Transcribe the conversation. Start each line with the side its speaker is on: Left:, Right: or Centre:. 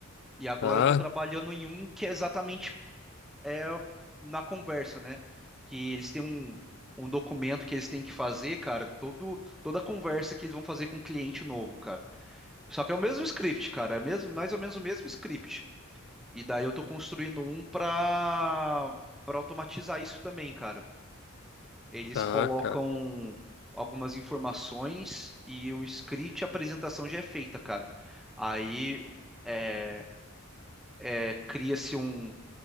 Centre: E agora
Left: Tá,
Centre: eu tô trabalhando em um que é exatamente é, na conversa, né? Que eles têm um, um documento que eles têm que fazer, cara, todo, toda a conversa que eles vão fazer com um cliente novo, cara. Só que é o mesmo script, cara, é mesmo, mais ou menos o mesmo script. E daí eu tô construindo um pra, pra automatizar isso também, cara. Eles
Left: tá,
Centre: colocam
Left: cara.
Centre: algumas informações e o script, a apresentação já é feita, cara. Aí. é, é, cria-se um,